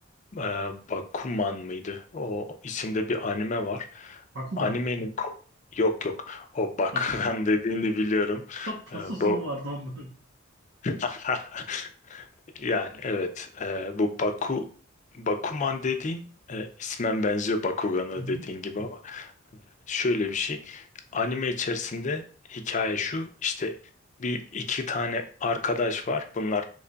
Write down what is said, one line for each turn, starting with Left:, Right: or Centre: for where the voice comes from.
Left: E, Bakuman mıydı? O isimde bir anime var.
Right: Bakugan.
Left: Animenin ko- yok yok. O bak
Right: Hatta
Left: <laughs> dediğini biliyorum.
Right: Ta- Tasosu
Left: Ee, bu
Right: mu vardı onların?
Left: <laughs> Yani evet e, bu Baku Bakuman dediğin e, ismen benziyor Bakugan'a
Right: Hı hı.
Left: dediğin gibi ama şöyle bir şey anime içerisinde hikaye şu işte bir iki tane arkadaş var bunlar